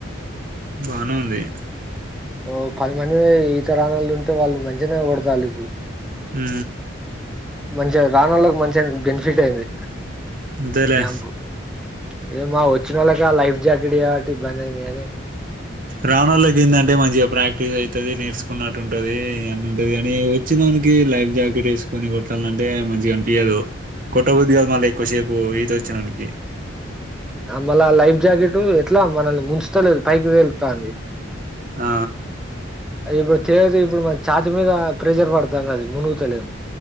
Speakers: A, on the right; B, in the centre.
A: బానే ఉంది
B: ఓ పది మంది ఈతరణలు ఉంటే వాళ్ళు మధ్యనే డతాల ఇప్పుడు
A: హ్మ
B: మంచిగా రానళకి మంచి బెనిఫిట్ అయింది
A: అంతేలే
B: క్యాంపు ఏ మా వచ్చిన వాళ్ళక లైఫ్ జాకెట్ కాబట్టి ఇబ్బందియింది కానీ
A: రావన వాళ్ళకిిందంటే మంచిగా ప్రాక్టీస్ అవుతుది నేర్చుకున్నట్టు ఉంటది ఇ అన్న ఉంటది కాని వచ్చినోనికి లైఫ్ జాకెట్ వేసుకొని కొట్టాలంటే మంచిగా అనిపియదు కొట్ట బుద్ధి కాదు మళ్ళీ ఎక్కువసేపు ఈత వచ్చినాదినీ కి
B: మల్ల లైఫ్ జాకెట్ ఎట్లా ఉంది మనలీని ముంచ చలేదు పైకి తేలుతంది
A: ఆ
B: ఇప్పుడు తదు ఇప్పుడు మ చేఛతి మీద ప్రెషర్ పడుతుంది అది మునుగుత లే